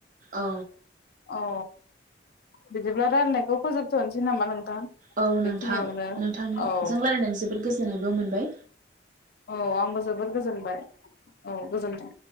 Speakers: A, on the right; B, on the left.
A: औ
B: औ बिदिब्ला रायलायनायखौ फोजोबथ'नोसै नामा नोंथां
A: औ नोंथां
B: बेखिनियावनो
A: नोंथांनिजों
B: औ।
A: रायलायनानै जोबोद गोजोननायबो मोनबाय
B: औ आंबो जोबोद गोजोनबाय औ गोजोनथों।